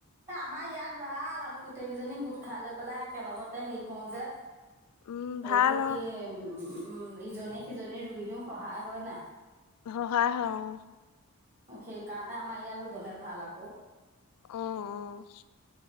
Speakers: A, on the right; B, on the left.
A: আমাৰ ইয়াত ভাল। আমি গোটেই কেইজনী গোট খাই লৈ পেলাই একেলগতে হেৰি কৰো যে।
B: উম ভাল
A: এইটো
B: অ
A: কি উম ইজনে-সিজনী ৰুই দিও সহায় হয় নাই।
B: হয়, হয়, আহ।
A: সেই কাৰণে আমাৰ ইয়াৰ বোলে ভাল আকৌ।
B: উম, উম।